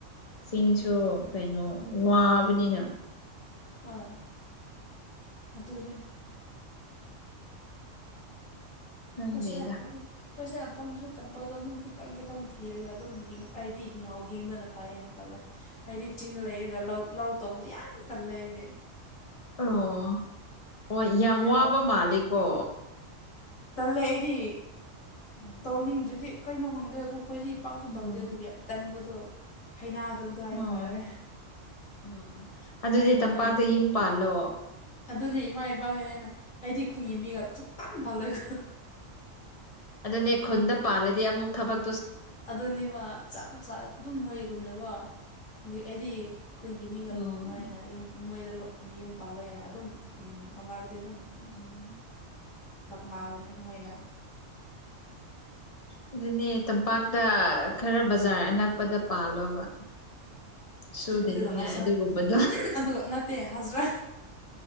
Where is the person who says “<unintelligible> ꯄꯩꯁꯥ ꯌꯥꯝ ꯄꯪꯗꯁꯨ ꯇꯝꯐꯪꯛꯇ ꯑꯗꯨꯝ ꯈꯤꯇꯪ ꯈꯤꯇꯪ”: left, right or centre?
Left